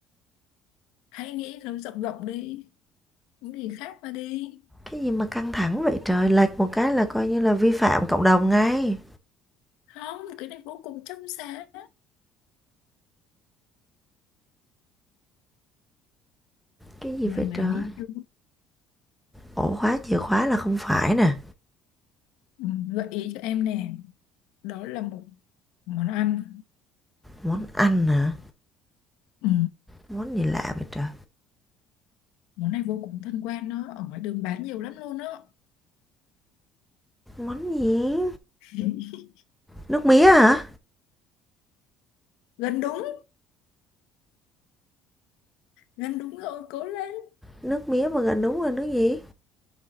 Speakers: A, on the left; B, in the centre.
A: hãy nghĩ nó rộng rộng đi những gì khác mà đi
B: Cái gì mà căng thẳng vậy trời? Lệch một cái là coi như là vi phạm cộng đồng ngay.
A: không cái này vô cùng trong sáng
B: Cái gì
A: nào
B: vậy
A: nào
B: trời?
A: nghĩ chưa
B: Ổ khóa chìa khóa là không phải nè.
A: ừ, gợi ý cho em nè đó là một món ăn
B: Món ăn hả?
A: ừ.
B: Món gì lạ vậy trời?
A: món này vô cùng thân quen đó ở ngoài đường bán nhiều lắm luôn đó
B: Món gì?
A: <laughs>
B: Nước mía hả?
A: gần đúng gần đúng rồi cố lên
B: Nước mía mà gần đúng rồi nước gì?